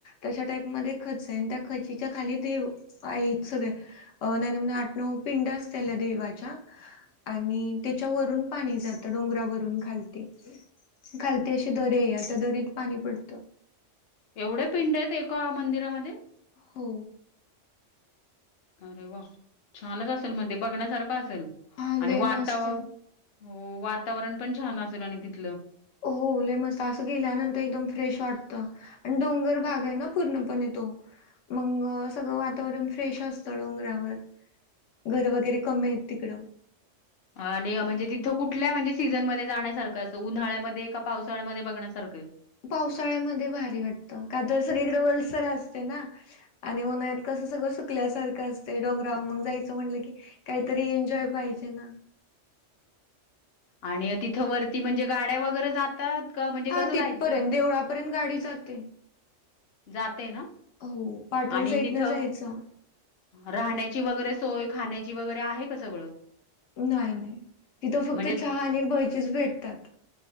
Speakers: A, on the left; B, on the left.
A: तशा टाईपमध्येध्ये खच आहे, आणि त्या खचीच्या खाली देव आहेत, सगळे अ नाही नव आठ नऊ पिंड असतल्या देवाच्या आणि त्याच्यावररून पाणी जात. डोंगरा वरून खालती खालती अशी दरी आहे, त्या दरीत पाणी पडत.
B: एवढे पिंड आहेत एका मंदिरामध्ये.
A: हो.
B: अरे वा छानच असेल मग ते बघण्यासारखं. असेल
A: हा लय
B: आणि वाता
A: मस्त
B: हा
A: आहे.
B: <unintelligible> वातावरण पण छान असेल आणि तिथलं.
A: हो लय मस्त असं गेल्यानंतर एकदम फ्रेश वाटत, आणि डोंगर भाग आहे, ना पूर्णपणे तो मग सगळं वातावरण फ्रेश असतं डोंगरावर घर वगैरे कमी आहेत तिकडं.
B: आणि म्हणजे तिथं कुठल्या म्हणजे, सीझनमध्ये जाण्यासारखं असं उन्हाळ्यामध्ये का पावसाळ्यामध्ये बघण्यासारखं.
A: पावसाळ्यामध्ये भारी वाटत का तर सगळीकडे वलसर. वलसर असतय ना. आणि उन्हाळात कसं ना सगळं सुकल्यासारखं असतय डोंगरावर मग जायचं म्हटलं की, काहीतरी एन्जॉय पाहिजे ना.
B: आणि तिथं वरती म्हणजे गाड्या वगैरे जातात. का म्हणजे
A: हा
B: कसं
A: तिथपर्यंत
B: जायचं?
A: देवळापर्यंत गाडी जाते.
B: जाते ना,
A: हो पाटण
B: आणि
A: साईडनं
B: तिथ
A: जायचं
B: राहण्याची वगैरे सोय खाण्याची वगैरे आहे का सगळं.
A: नाही, तिथं फक्त
B: म्हणजे
A: चहा आणि भजी च भेटतात.